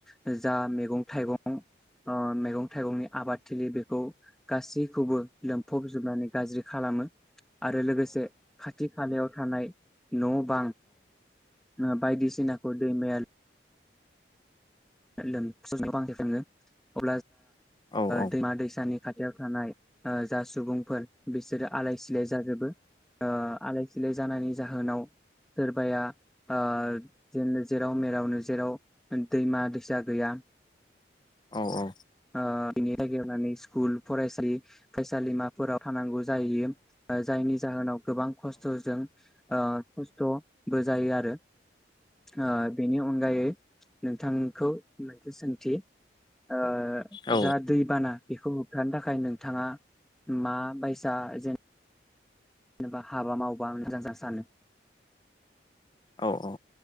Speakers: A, in the centre; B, on the left.
A: जो जा मेगं थाइगं अ मैगं थाइगंनि आबादथिलि बेखौ गासैखौबो लोमफबजोबनानै गाज्रि खालामो आरो लोगोसे खाथि खालायाव हानाय न बां ओ बायदिसिना ग दै मेल लोमसाव <unintelligible> ओ
B: औ
A: दैमा दैसानि खाथियाव थानाय ओ जा सुबुं फोर बिसोरो आलाय सिलाय जाजोबो ओ आलाय सिलाय जानायनि जाहोनाव सोरबाया ओ जेनो जेराव मेरावनो जेराव दैमा दै सा गैया
B: औ औ
A: ओ इनि लागि माने स्कुल फरायसि फरायसालिमाफोराव थानांगौ जायैयो ओ जायनि जाहोनाव गोबां खस्थजों ओ बुस्थ बो जायो आरो ओ बेनि अनगायै नोंथां खौ मोनसे सोंथि ओ
B: औ
A: जा दैबाना बेखौ होबथानो थाखाय नोंथाङा मा बायसा जेन एबा हाबा मावबा मोजांजा सानो
B: औ औ